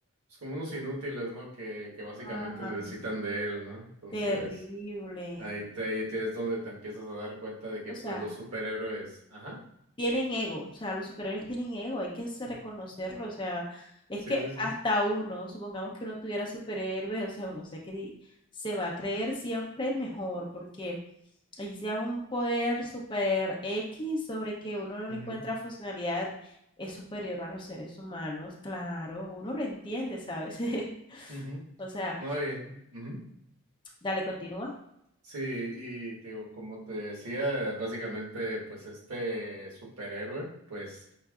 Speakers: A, on the right; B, on the left.
A: pues como unos inútiles, ¿no? Que, que básicamente
B: Ay,
A: necesitan de él, ¿no? Entonces,
B: terrible.
A: ahí te, ahí te es donde te empiezas a dar cuenta de que
B: O
A: pues
B: sea,
A: los superhéroes, ajá.
B: tienen ego, o sea, los superhéroes tienen ego, hay que se-
A: Sí,
B: reconocerlo, o sea, es
A: sí,
B: que
A: sí.
B: hasta uno, supongamos que uno tuviera superhéroes, o sea, uno se cree- se va a creer siempre el mejor, porque ahí sea un poder super X sobre que uno no
A: Ujú,
B: le encuentra funcionalidad, es superior a los seres humanos, claro, uno lo entiende, ¿sabes? <laughs>
A: ujú.
B: O sea,
A: No, y, ujú.
B: dale, continúa.
A: Sí, y te digo, como te decía, básicamente, pues este superhéroe, pues,